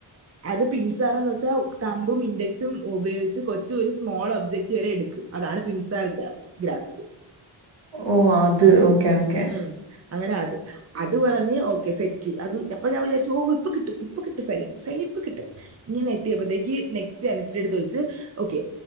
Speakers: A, on the right; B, on the right.
A: അത് പിൻസാറന്ന് വെച്ച കമ്പും ഇൻഡെക്സും ഉപയോഗിച്ച് കൊച്ചു ഒരു സ്മോൾ ഒബ്ജക്റ്റ് വരെ എട്ക്കും. അതാണ് പിൻസാർ ഗ്യാഫ് ഗ്രാസ്പ്
B: ഓ അത് ഓക്കെ ഓക്കെ
A: ഉം അങ്ങനെ അത് അത് പറഞ്ഞ് ഓക്കെ സെറ്റ് അത് അപ്പൊ ഞാൻ വിചാരിച്ചു ഓ ഇപ്പൊ കിട്ടും ഇപ്പൊ കിട്ടും സൈൻ സൈൻ ഇപ്പ കിട്ടും ഇങ്ങനെ എത്തിയപ്പോഴത്തേക്ക് നെക്സ്റ്റ് അനുശ്രീയുടെത്ത് ചോദിച്ച് ഓക്കെ